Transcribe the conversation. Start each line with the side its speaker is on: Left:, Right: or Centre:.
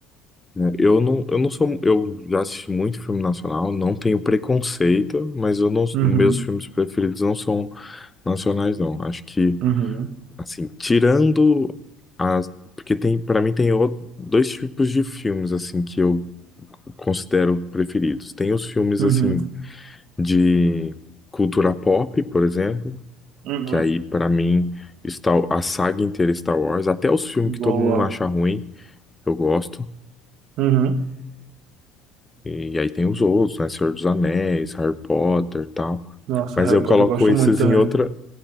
Left: É, Eu não, eu não sou, eu já assisti muito filme nacional, não tenho preconceito, mas eu não,
Right: Uhum,
Left: meus filmes preferidos não são nacionais, não. Acho que,
Right: uhum,
Left: assim, tirando as, porque tem, para mim tem o- dois tipos de filmes assim que eu considero preferidos. Tem os filmes
Right: uhum,
Left: assim de cultura pop, por exemplo,
Right: uhum.
Left: que aí pra mim está a saga inteira é Star Wars, até os filmes
Right: Boa.
Left: que todo mundo acha ruim, eu gosto.
Right: Uhum.
Left: E aí tem os outros, né, Senhor dos Anéis, Harry Potter, tal.
Right: Nossa,
Left: Mas
Right: Harry
Left: eu
Right: Potter
Left: coloco
Right: eu gosto
Left: esses
Right: muito também.
Left: em outra,